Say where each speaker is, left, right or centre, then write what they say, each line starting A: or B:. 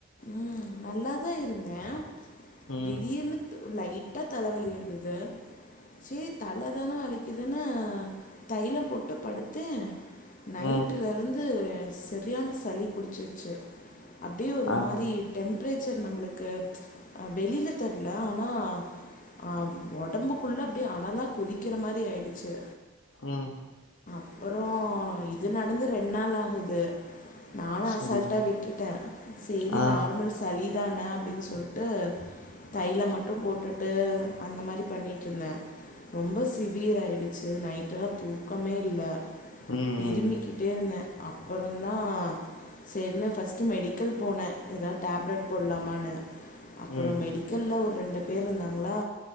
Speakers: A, on the left; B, on the left.
A: ம் நல்லாதா இருந்தே
B: ம்
A: திடிர்னு லைட்டா தலவலி இருந்துது சீ தல தானே வலிக்குதுன்னு தைலம் போட்டு படுத்து நைட்ல
B: ம்
A: இருந்து சரியான சளி புடிச்சிருச்சு அப்டியே ஒரு
B: ஆ
A: மாரி டெம்ரேச்சர் நம்மளுக்கு வெளியல தெரில ஆனா அ உடம்புக்குள்ள அப்டிய அனலா கொதிக்கிற மாரி ஆயிடுச்சு
B: ம்
A: ஓ இது நடந்து ரெண் நாள் ஆகுது நா
B: சரி
A: அசால்ட்டா விட்டுட்டே செரி
B: ஆ
A: நார்மல் சளி இதன அப்டின் சொல்ட்டு தய்ல மட்டு போட்டுட்டு அந்த மாரி பண்ணிட்டுருந்தே ரொம்ப சிவியர ஆயிடுச்சு நைட் தூக்கமே இல்ல
B: ம்
A: இரும்பிட்டே இருந்தே அப்புறந்தா சரினு ஃபஸ்ட்டு மெடிக்கல் போனே இதுதா டேப்லெட் போடலாமான்னு அப்பறோ
B: ம்
A: மெடிக்கல்ல ஒரு ரெண்டு பேருந்தாங் ங்களா